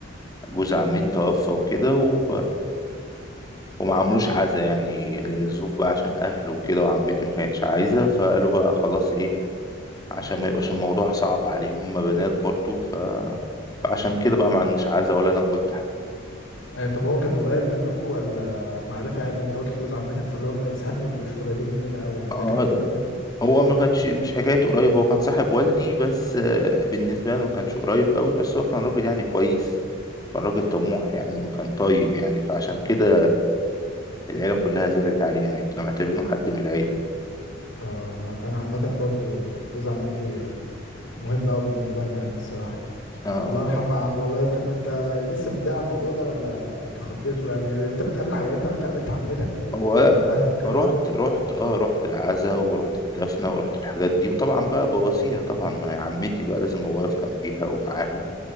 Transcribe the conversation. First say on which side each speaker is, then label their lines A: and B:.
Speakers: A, on the left; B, on the left.
A: جوز عمتي توفى وكده و... وما عملوش عزا يعني الظروف بقى عشان أهله وكده وعمتي ما كانتش عايزة فقالوا بقى خلاص إيه عشان ما يبقاش الموضوع صعب عليهم هم بنات برضه ف... فعشان كده بقى ما عندناش عزا ولا انا قلت حاجه
B: أي طب هو كان قريب منكم ولا معرفة يعني انت قلت جوز عمتك فاللي هو م- ساعات ما بيبقوش قريبين مننا قوي يعني
A: اه
B: ده كان قريب
A: لا.
B: منكم
A: هو ما كانش مش حكايه قريب هو كان صاحب والدي بس آه، بالنسبه لنا ما كانش قريب قوي بس هو كان راجل يعني كويس كان راجل طموح يعني وكان طيب يعني فعشان كده العيله كلها زعلت عليه يعني كنا معتبرينه حد من العيله
B: اه انا عامة برضو جوز عمتي آه، مهم قوي بالنسبة لنا يعني الصراحة
A: اه
B: الله يرحمه يا عم والله طب انت لسه متضايق على الموضوع ده ولا تخطيته يعني انت بتقابل ع- يعني انت رحت قابلت عمتك ووقفت
A: هو لا،
B: جنبها وكده
A: رحت رحت اه رحت العزا ورحت الدفنه ورحت الحاجات دي وطبعا بقى بواسيها طبعا ما هي عمتي بقى لازم ابقى واقف جنبيها ومعاها